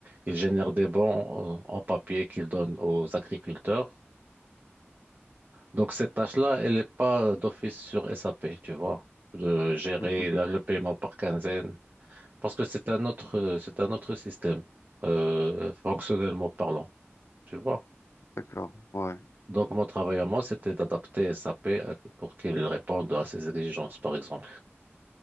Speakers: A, on the right; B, on the left.
A: il génère des bons en, en papier qu'il donne aux agriculteurs. Donc, cette tâche-là, elle n'est pas d'office sur SAP, tu vois, de gérer
B: Mhm.
A: la- le paiement par quinzaine, parce que c'est un autre, c'est un autre système, euh, fonctionnellement parlant, tu vois.
B: D'accord, ouais.
A: Donc, mon travail à moi, c'était d'adapter SAP à- pour qu'il réponde à ces exigences, par exemple.